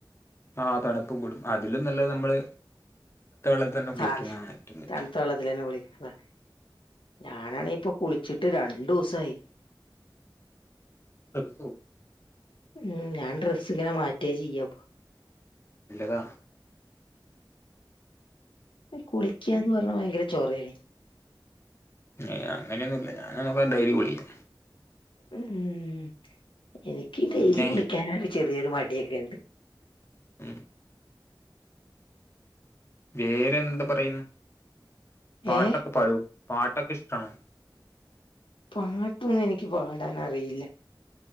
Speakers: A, on the left; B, on the left.
A: ആ തണുപ്പ് കൂടും അതിലും നല്ലത് നമ്മള് വെള്ളത്തിൽ തന്നെ
B: സ <unintelligible>
A: കുളിക്കുന്നതാണ് ഏറ്റവും ബെറ്റർ
B: തണുത്ത വെള്ളത്തിലു തന്നെ കുളിക്കുന്നതാ ഞാനാണേ ഇപ്പൊ കുളിച്ചിട്ട് രണ്ടുസായി
A: സോ <unintelligible>
B: ഉം ഞാൻ ഡ്രെസ്സ് ഇങ്ങനെ മാറ്റുവേ ചെയ്യൂ
A: ഇല്ലതാ
B: ഈ കുളിക്കാന്ന് പറഞ്ഞാ ഭയങ്കര ചോറാണ് <unintelligible>
A: ഏ അങ്ങനെയൊന്നുവില്ല ഞാനാ നോക്കാ <unintelligible> ഡെയിലി കുളിക്കും
B: ഉം എനിക്ക് ഡെയിലി
A: പിന്നെ
B: കുളിക്കാനാണ് ചെറിയൊരു മടിയൊക്കെയുണ്ട്
A: ഉം വേറെന്തു പറയുന്നു പാട്ടൊക്കെ
B: ഏ
A: പാടുവോ പാട്ടൊക്കെ ഇഷ്ടാണോ
B: പാട്ടൊന്നും എനിക്ക് പാടാനറിയില്ല